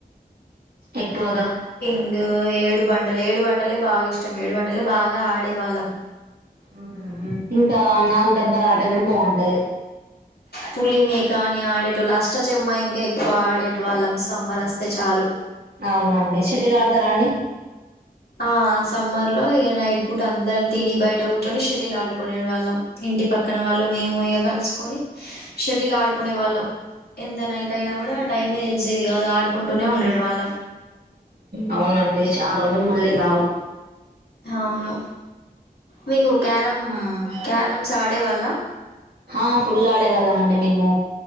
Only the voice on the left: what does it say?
స్కిప్పింగూ ఏడు బండలు ఏడు బండలే బాగా ఇష్టం ఏడు బండలే బాగా ఆడేవాళ్ళం
పులి మేక అని ఆడేటొ ళ్ళు అష్ట చెమ్మా ఇంకా ఎక్కువ ఆడేటి వాళ్ళం సమ్మర్ వస్తే చాలు
ఆ సమ్మర్ లో ఇక నైట్ పూట అందరం తిని బయట కూర్చొని షటిల్ ఆడుకునే వాళ్ళం. ఇంటి పక్కన వాళ్ళు మేము ఇ కలుసుకొని షటిల్ ఆడుకునే వాళ్ళం ఎంత నైట్ అయినా కూడా ఆ టైమే తెలిసేది కాదు ఆడుకుంటూనే ఉం వాళ్ళం
అవును మీకు క్యారమ్ క్యారమ్స్ ఆడే వాళ్ళ